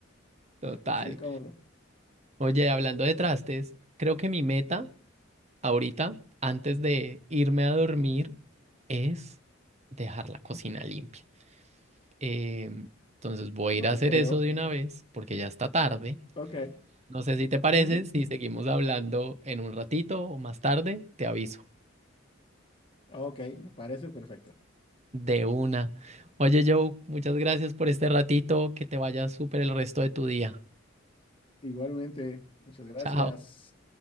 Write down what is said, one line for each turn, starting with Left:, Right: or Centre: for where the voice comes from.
Right: total.
Left: Sí, como,
Right: Oye, hablando de trastes, creo que mi meta ahorita, antes de irme a dormir, es dejar la cocina limpia. Em, entonces voy
Left: no
Right: a ir
Left: te
Right: a hacer
Left: creo.
Right: eso de una vez porque ya está tarde.
Left: Ok.
Right: No sé si te parece,
Left: ujú,
Right: si seguimos hablando en un ratito o más tarde, te aviso.
Left: Ok, me parece perfecto.
Right: De una. Oye, Joe, muchas gracias por este ratito. Que te vaya súper el resto de tu día.
Left: Igualmente, muchas gracias.
Right: Chao.